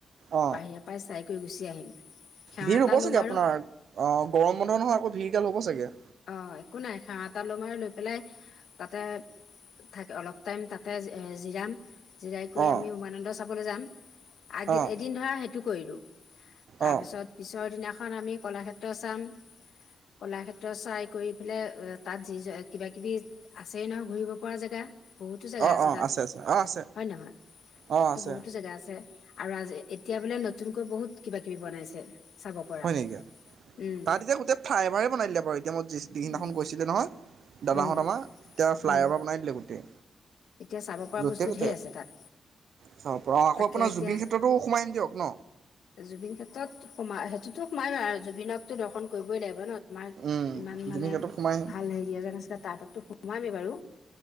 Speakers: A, on the right; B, on the left.
A: অ
B: বাহিৰ পৰাই চাই কৈ গুচি আহিম। সেৱা
A: ভিৰ
B: এটা
A: হব
B: ল'ম
A: চাগে আপোনাৰ
B: আৰু
A: অ গৰম বন্ধ নহয় আকৌ ভিৰ এতিয়া ল'ব চাগে।
B: অ একো নাই সেৱা এটা লম আৰু লৈ পেলাই তাতে থাক অলপ টাইম তাতে জিৰাম জিৰাই কৰি
A: অঁ
B: আমি উমানন্দ চাবলৈ যাম। আগ
A: অঁ
B: এদিন ধৰা সেইটো কৰিলো। তাৰ
A: অঁ
B: পিছত পিছৰ দিনা পিছৰদিনাখন আমি কলাক্ষেত্ৰ চাম কলাক্ষেত্ৰ চাই কৰি পেলাই তাত যি কিবা কিবি আছেই নহ ঘূৰিব নোপোৱা জেগা। বহুতো জেগা
A: অঁ
B: আছে
A: অঁ
B: তাত
A: অঁ আছে
B: হয় নহয় তাতো
A: অঁ আছে
B: বহুতো জেগা আছে। আৰু আজ এতিয়া বোলে নতুনকৈ বহুত কিবা কিবি বনাইছে। চাব পৰা
A: হয় নেকি
B: উম
A: তাত এতিয়া গোটেই ফ্লাইভাৰে বনাই দিলে বাৰু এতিয়া মই যি দি দিনাখন
B: উম
A: গৈছিলে নহয় দাদাহত
B: উম
A: আমাৰ এতিয়া ফ্লাই
B: উম
A: অভাৰ বনাই দিলে গোটেই।
B: এতিয়া চাব পৰা
A: য'তে
B: বস্তু
A: ত'তে
B: ঢেৰ আছে তাত,
A: চাব পৰা অঁ আকৌ
B: তাকে
A: আপোনাৰ
B: এতিয়া
A: জুবিন ক্ষেত্ৰতো সোমাই আহিম দিয়ক ন
B: জুবিন ক্ষেত্ৰত সোমা সেইটোতো মই জুবিনকতো দৰ্শন কৰিবই লাগিব ন। আমাৰ
A: উম,
B: ইমান
A: জুবিন
B: মানে
A: ক্ষেত্ৰত সোমাই আহিম
B: ভাল হেৰি এজন আছিলে তাঁ তাততো সোমোৱামেই বাৰু।